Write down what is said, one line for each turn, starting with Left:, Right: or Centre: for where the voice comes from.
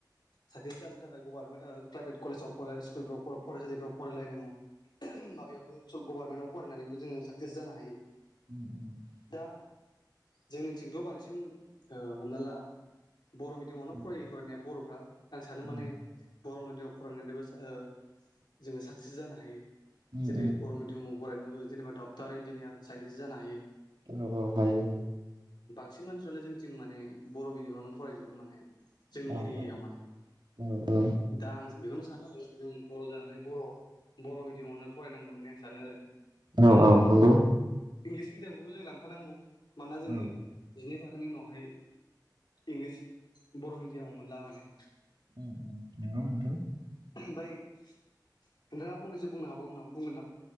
Left: साकसेस जानो थाखाय गभार्नमेन्ट प्राइभेट कलेजाव <unintelligible> स्कुलफ्राव फरायसालिफ्राव फरायलाय नोङो <unintelligible> माबायावनो गभारनमेन्टआव फरायनानैबो जोङो साक्सेस जानो हायो
Right: <inaudible>
Left: दा जोंनिथिंथ' बांसिन ओ हमना ला बर' मिडियामावनो
Right: औ
Left: फरायो फरायनाया बर' आं सानो
Right: उम
Left: माने बर' मिडियामाव फरायनानैबो सा ओ जोङो साक्सेस जानो हायो
Right: उम
Left: जेरै
Right: उम
Left: बर' मिडियामाव बो जेनेबा डक्टर, इन्जनियार, साइन्टिस्ट जानो हायो
Right: अ हायो
Left: बांसिन मानसिफ्रानो जोंथिं माने बर' मिडियामावनो फरायजोबो माने जोंनि
Right: औ
Left: एरियायाव
Right: औ
Left: माने
Right: औ औ
Left: दा आं बेखौनो सानो जों बर' जानानै बर' बर' मिडियामावनो फरायनांगौ होननानै आं सानो आरो
Right: औ
Left: आरो
Right: औ
Left: जोङो
Right: नंगौ
Left: इंलिस मिडियामखौबो जों लांफानांगौ मानोना जोङो
Right: उम
Left: जिनै थाखोनि उनावहाय इंलिस बर' मिडियामाव मोनला माने
Right: <unintelligible>
Left: ओमफाय नोंथाङा फंनैसो बुंनो हाबावगोन नामा? बुंगोन